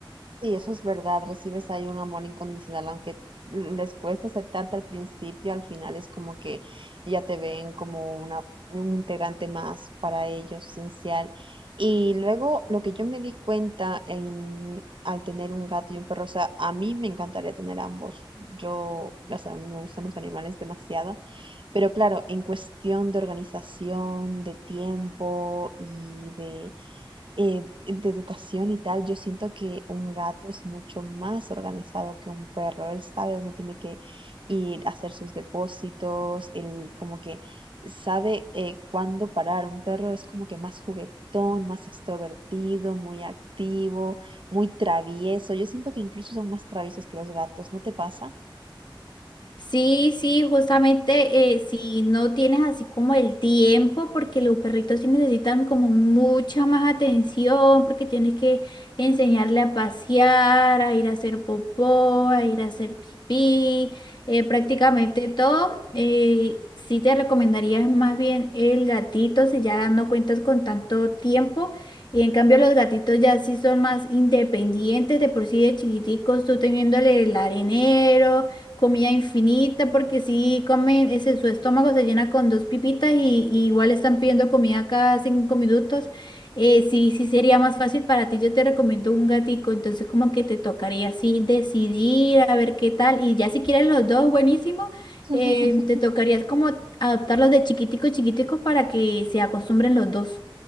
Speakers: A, on the right; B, on the left.
A: Sí, eso es verdad, recibes ahí un amor incondicional, aunque les cuesta aceptarte al principio, al final es como que ya te ven como una, un integrante más para ellos, esencial. Y luego lo que yo me di cuenta en, al tener un gato y un perro, o sea, a mí me encantaría tener ambos. Yo, o sea, a mí me gustan los animales demasiado, pero claro, en cuestión de organización, de tiempo y de eh, de educación y tal, yo siento que un gato es mucho más organizado que un perro. Él sabe dónde tiene que ir a hacer sus depósitos, él como que sabe eh, cuándo parar. Un perro es como que más juguetón, más extrovertido, muy activo, muy travieso. Yo siento que incluso son más traviesos que los gatos, ¿no te pasa?
B: Sí, sí, justamente eh, si no tienes así como el tiempo, porque los perritos sí necesitan como mucha más atención, porque tienes que enseñarle a pasear, a ir a hacer popó, a ir a hacer pipí, eh, prácticamente todo. Eh, sí te recomendarías más bien el gatito si ya no cuentas con tanto tiempo. Y en cambio los gatitos ya sí son más independientes, de por sí de chiquiticos, tú teniéndole el arenero. Comida infinita, porque si comen, ese, su estómago se llena con dos pipitas y, y igual están pidiendo comida cada cinco minutos. Eh, sí, sí sería más fácil para ti. Yo te recomiendo un gatico, entonces como que te tocaría así decidir a ver qué tal. Y ya si quieren los dos, buenísimo.
A: <laughs>
B: Eh, te tocaría como adoptarlos de chiquitico, chiquitico para que se acostumbren los dos.